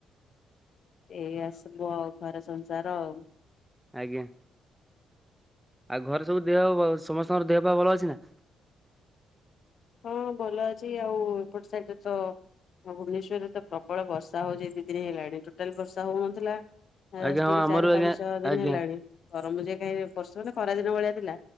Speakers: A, on the left; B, in the centre.
A: ଏଇଆ ସବୁ ଆଉ ଘରେ ସଂସାର ଆଉ।
B: ଆଜ୍ଞା। ଆଉ ଘରେ ସବୁ ଦେହ ସମସ୍ତଙ୍କର ଦେହ ପା ଭଲ ଅଛି ନା
A: ହଁ ଭଲ ଅଛି ଆଉ ଏପଟେ ସାଇଟରେ ତ ହଁ ଭୁବନେଶ୍ୱରରେ ତ ପ୍ରବଳ ବର୍ଷା ହଉଛି। ଦି ଦିନ ହେଲାଣି ଟୋଟାଲ ବର୍ଷା ହଉନଥିଲା।
B: ଆଜ୍ଞା
A: ଷ୍ଟିଲ୍
B: ହଁ ଆମର
A: ଚାରି ପାଞ୍ଚ
B: ଆଜ୍ଞା
A: ଦିନ
B: ଆଜ୍ଞା
A: ହେଲାଣି। ଗରମ ଯେ କାହିଁ ବର୍ଷ ମାନେ ଖରାଦିନ ଭଳିଆ ଥିଲା